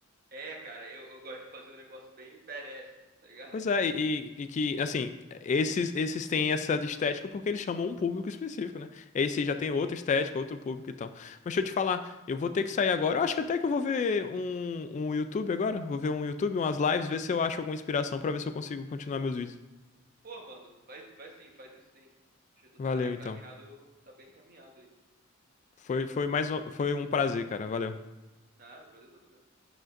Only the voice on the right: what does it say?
É, cara, eu, eu gosto de fazer um negócio bem badass, tá ligado?
<laughs>
Sim.
Pô, mano, vai, vai sim, faz isso sim. Acho que Tu
tá encaminhado,
tá bem encaminhado aí.
Nada, prazer é todo meu.